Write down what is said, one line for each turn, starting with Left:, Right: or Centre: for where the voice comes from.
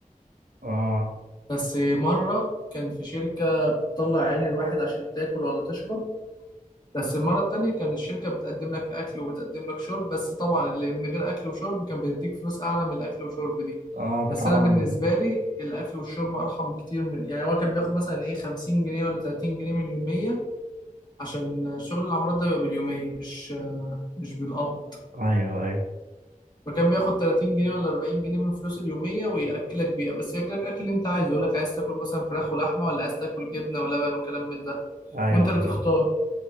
Right: اه
Left: بس مره كان في شركه بتطلع عين الواحد عشان تاكل ولا تشرب بس المرة التانية كان الشركة بتقدم لك أكل وبتقدم لك شرب بس طبعا اللي من غير أكل وشرب كان بتديك فلوس أعلى من الأكل والشرب دي
Right: اه بتعوض
Left: بس أنا بالنسبة
Right: الأسر.
Left: لي الأكل والشرب أرحم بكتير من يعني هو كان بياخد مثلا إيه 50 جنيه ولا 30 جنيه من اليومية عشان شغل العمارات ده بيبقى باليومية مش مش بالقبض
Right: ايوه ايوه
Left: فكان بياخد 30 جنيه ولا 40 جنيه من فلوس اليومية ويأكلك بيها بس يأكلك أكل اللي أنت عايزه يقولك عايز تاكل مثلا فراخ ولحمة ولا عايز تاكل جبنة ولبن وكلام من ده
Right: ايوه
Left: وأنت اللي
Right: فاهم
Left: تختار